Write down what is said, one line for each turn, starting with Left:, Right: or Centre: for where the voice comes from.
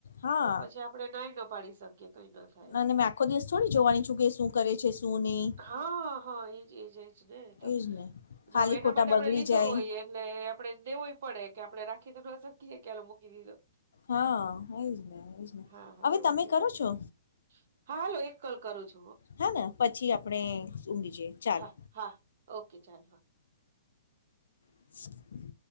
Left: હા
Right: તો પછી આપણેે નાઈ ના પાડી શકીએ કઈ ના થાય
Left: અને મેં
Right: તો.
Left: આખો દિવસ થોડી જોવાની છું કે શું કરે છે સુની
Right: હા હા એજ એજ એજ ને તો
Left: એજ ને
Right: નવે
Left: ખાલી
Right: એના
Left: ખોટા
Right: માટે આપડે
Left: બગડી
Right: લીધો
Left: જાય
Right: હોય એટલે આપડણેેવુંય પડે કે આપણે રાખી તો શકી એ ક્યાલો મૂકી દીધો.
Left: હા એજ ને એજ ને
Right: હા હા
Left: હવે
Right: એવું
Left: તમે
Right: છે
Left: કરો
Right: બધું
Left: છો
Right: હા હાલો એક કોલ કરું છુ.
Left: હા પછી આપણે ઊંડી જે ચાલો.
Right: હા હા ઓકે ચાલો હા
Left: <unintelligible>